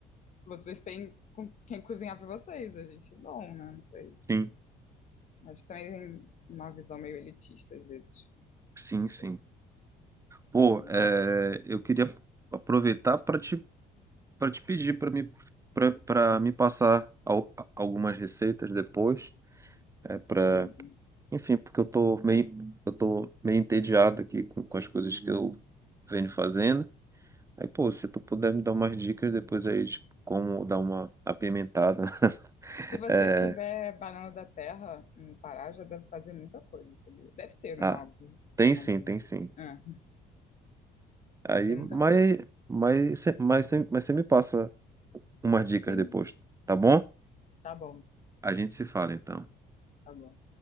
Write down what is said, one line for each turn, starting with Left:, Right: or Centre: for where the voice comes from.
Left: vocês têm com quem cozinhar para vocês, a gente não, né? Não sei.
Right: sim,
Left: Acho que também tem uma visão meio elitista às vezes,
Right: sim,
Left: não sei.
Right: sim. Pô,
Left: Aí,
Right: é, eu queria aproveitar para te, para te pedir para me, para para me passar al- algumas receitas depois, é, para,
Left: beleza.
Right: enfim, porque eu tô meio, eu tô meio entediado aqui com, com as coisas que eu venho fazendo. Aí, pô, se tu puder me dar umas dicas depois aí de como dar uma apimentada. <laughs>
Left: Se você
Right: É,
Left: tiver banana da terra no Pará, já deve fazer muita coisa. entendeu? Deve ter, né?
Right: ah,
Left: Óbvio.
Right: tem
Left: Imagino.
Right: sim, tem sim.
Left: É,
Right: Aí,
Left: tem
Right: mas,
Left: muita coisa.
Right: mas, mas, mas você me passa umas dicas
Left: Sim,
Right: depois, tá bom?
Left: tá bom,
Right: A gente se fala então.
Left: tá bom.